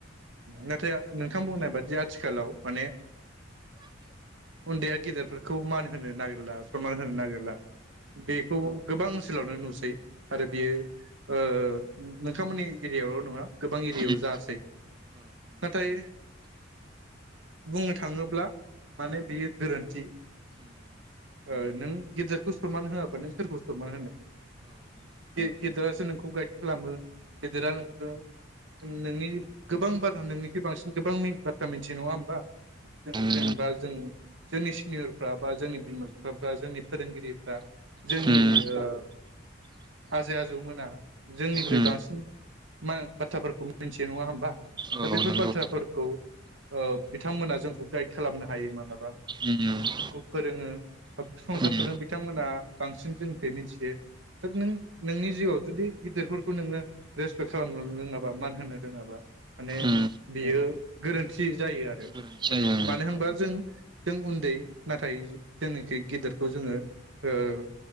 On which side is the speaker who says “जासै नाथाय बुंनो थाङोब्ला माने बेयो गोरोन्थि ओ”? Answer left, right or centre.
Right